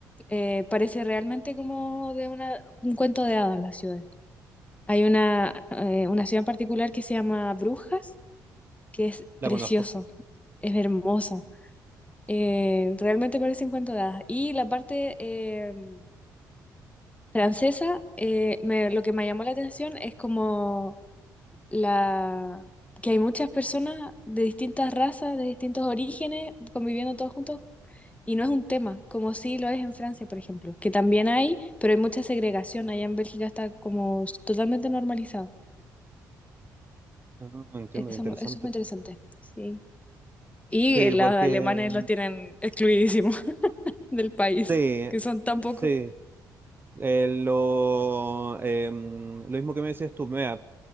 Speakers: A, on the left; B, on the right.
A: eh, parece realmente como de una, un cuento de hadas las ciudades. Hay una, eh, una ciudad en particular que se llama Brujas, que es
B: la
A: precioso,
B: conozco.
A: es hermoso, eh, realmente parece un cuento de hadas. Y la parte... em, francesa, eh, me- lo que me llamó la atención es como la que hay muchas personas de distintas razas, de distintos orígenes, conviviendo todos juntos, y no es un tema, como sí lo es en Francia, por ejemplo, que también hay, pero hay mucha segregación. Allá en Bélgica está como s- totalmente normalizado.
B: Ah, entiendo,
A: Eso,
B: qué interesante.
A: eso fue interesante, sí. Y
B: Sí,
A: eh, los
B: porque...
A: alemanes los tienen excluidísimos <laughs> del país,
B: Sí,
A: que son tan
B: sí.
A: pocos.
B: Eh, lo, em, lo mismo que me decías tú, mira,